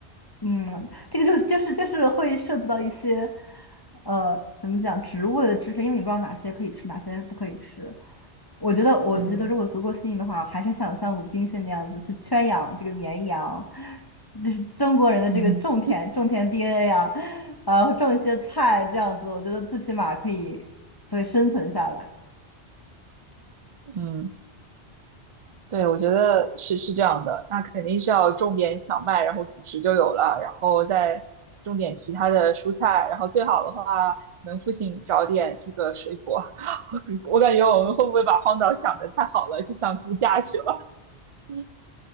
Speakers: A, on the left (about 20°); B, on the right (about 40°).
A: 嗯，这个就就是就是会涉及到一些，呃，怎么讲植物的知识，因为你不知道哪些可以吃，哪些不可以吃。我觉得，我觉得如果足够幸运的话，
B: 嗯
A: 还是想像鲁滨逊那样子去圈养这个绵羊，就是中国人的这个种田种田
B: 嗯
A: DNA 啊，<laughs> 呃，种一些菜这样子，我觉得最起码可以对生存下来。
B: 嗯。<laughs> 对，我觉得是是这样的，那肯定是要种点小麦，然后主食就有了，然后再种点其他的蔬菜，然后最好的话能附近找点这个水果。<laughs> 我感觉我们会不会把荒岛想得太好了，就想度假去了？嗯